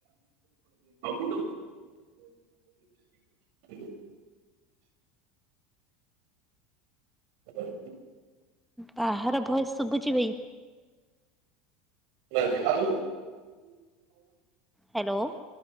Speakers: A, on the right; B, in the centre.
A: କଟ <unintelligible> ହଁ
B: ବାହାର ଭୟସ୍ ଶୁଭୁଛି ଭାଇ।
A: ନାଁକି ଆଉ
B: ହ୍ୟାଲୋ।